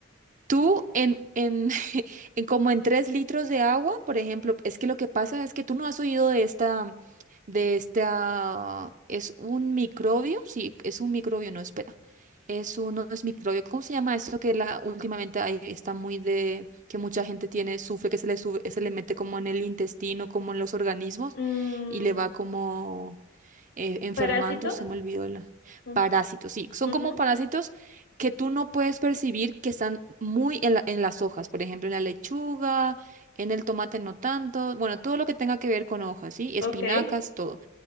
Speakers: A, on the right; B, on the left.
A: Tú en, en <laughs> en como en tres litros de agua, por ejemplo, es que lo que pasa es que tú no has oído de esta, de esta, es un microbio, sí, es un microbio, no, espera, es uno, es microbio, ¿cómo se llama esto que la, últimamente ahí está muy de, que mucha gente tiene, sufre, que se le sube, se le mete como en el intestino, como en los organismos
B: mm,
A: y le va como eh, enfermando,
B: parásito.
A: se me olvidó el...
B: mm,
A: Parásitos, sí, son
B: ujú,
A: como parásitos que tú no puedes percibir que están muy en la- en las hojas, por ejemplo, en la lechuga, en el tomate no tanto, bueno, todo lo que tenga que ver con hojas, ¿sí?
B: ok,
A: Espinacas, todo.